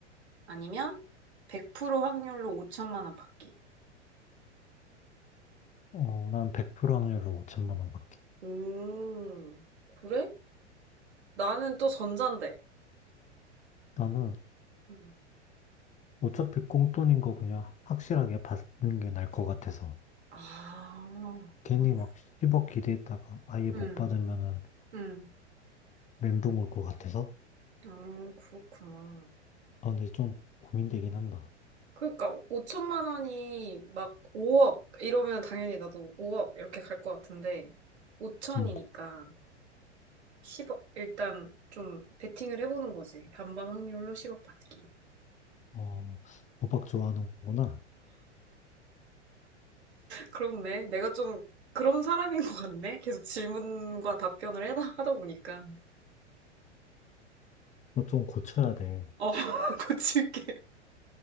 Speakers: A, on the right; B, on the left.
A: 아니면 100% 확률로 5천만 원 받기.
B: 어, 난 100% 확률로 오천만 원 받기.
A: 음, 그래? 나는 또 전자인데.
B: 나는
A: 음.
B: 어차피 꽁돈인 거 그냥 확실하게 받는 게 나을 것 같아서.
A: 아,
B: 괜히
A: 음,
B: 막 10억 기대했다가 아예
A: 음,
B: 못 받으면은
A: 음.
B: 멘붕 올 것 같아서.
A: 음, 그렇구나.
B: 아, 근데 좀 고민되긴 한다.
A: 그러니까 5천만 원이 막 5억 이러면 당연히 나도 5억 이렇게 갈 것 같은데 5천이니까
B: 응,
A: 10억 일단 좀 베팅을 해보는 거지. 반반 확률로 10억 받기.
B: 어, 도박 좋아하는구나.
A: 그렇네. 내가 좀 그런 사람인 것 같네. 계속 질문과 답변을 해다, 하다 보니까.
B: 너 좀 고쳐야 돼.
A: 어, <laughs> 고칠게.